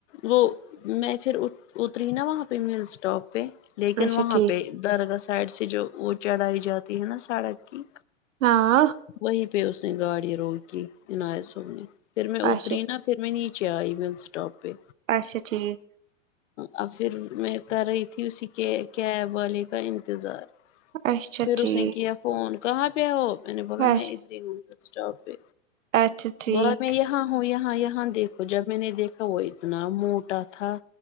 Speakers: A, on the left (about 65°); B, on the right (about 75°).
A: وہ میں پھر ات اتری نا وہاں پے بس اسٹاپ پے لیکن
B: اچھا
A: وہاں
B: ٹھیک
A: پے درگاہ سائڈ سے جو وہ چڑھائی جاتی ہے نا سڑک کی
B: ہاں
A: وہی پے اس نے گاڑی روکی عنایت صب نے پھر میں
B: اچھا
A: اتری نی چا ائی مل سٹاپ پے
B: اچھا ٹھیک
A: اور پھر میں کر رہی تھی اسی کے کیب والے کا انتظار
B: اچھا
A: پھر
B: ٹھیک
A: اس نے کیا فون کہاں پے ہو میں نے بولا
B: اچھا
A: میں ادھر ہی ہو بس اسٹاپ پے
B: اچھا ٹھیک
A: بولا میں یہاں ہوں یہاں یہاں دیکھو جب میں نے دیکھا وہ اتنا موٹا تھا